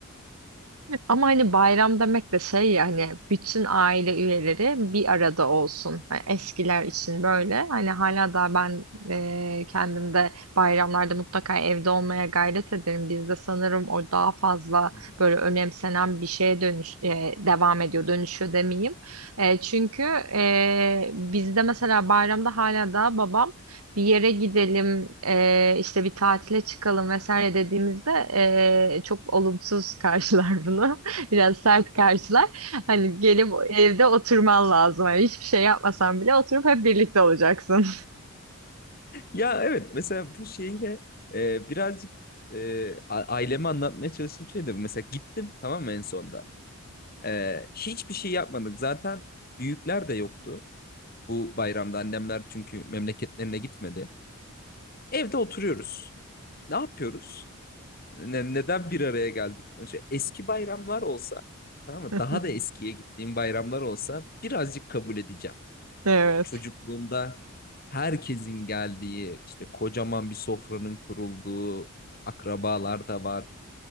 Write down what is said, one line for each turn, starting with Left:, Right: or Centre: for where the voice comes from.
Right: Ama hani bayram demek de şey ya hani bütün aile üyeleri bir arada olsun. Hani eskiler için böyle. Hani hala da ben e, kendimde bayramlarda mutlaka evde olmaya gayret ederim. Bizde sanırım o daha fazla
Left: <laughs>
Right: böyle önemsenen bir şeye dönüş e, devam ediyor. Dönüşüyor demeyeyim. E, çünkü e, bizde mesela bayramda hala da babam bir yere gidelim, e, işte bir tatile çıkalım vesaire dediğimizde e, çok olumsuz <laughs> karşılar bunu. Biraz sert karşılar. Hani gelip evde oturman lazım. Hani hiçbir şey yapmasan bile oturup hep birlikte olacaksın.
Left: Ya evet mesela bu şeyle e, birazcık e, a- aileme anlatmaya çalıştığım şey de bu. Mesela gittim tamam mı en sonda. E, hiçbir şey yapmadık. Zaten büyükler de yoktu. Bu bayramda annemler çünkü memleketlerine gitmedi. Evde oturuyoruz. Ne yapıyoruz? Ne- neden bir araya geldik? Önce eski bayramlar olsa, tamam mı?
Right: <laughs>
Left: Daha da eskiye gittiğim bayramlar olsa birazcık kabul edeceğim.
Right: Evet,
Left: Çocukluğumda herkesin geldiği, işte kocaman bir sofranın kurulduğu, akrabalar da var,